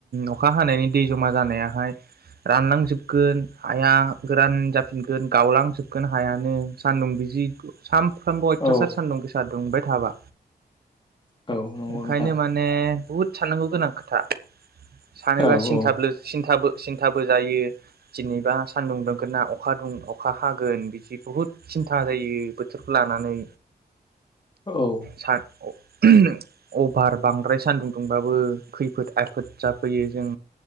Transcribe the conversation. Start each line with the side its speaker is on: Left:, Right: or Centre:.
Right: अखा हानायनि दै जमा जानायाहाय रानलांजोबगोन हाया गोरान जाफिनगोन गावलांजोबगोन हायानो सानदुं बिजि सानफ्रामबो अयथासार
Left: औ
Right: सान्दुं गोसा दुंबाय थाबा
Left: औ नंगौ
Right: ओंखायनो
Left: नोंथां
Right: माने बुहुद साननांगौ गोनां खोथा- सानोबा
Left: औ
Right: सिन्थाब
Left: औ
Right: सिन्थाबो सिन्थाबो जायो जेनेबा सानदुं दुंगोन ना अखा दुं अखा हागोन बिदि बुहुद सिन्था जायो बोथोरखौ लानानै
Left: औ।
Right: सान अभार बांद्राय सान्दुं दुंबाबो खैफोद आफोद जाफैयो जों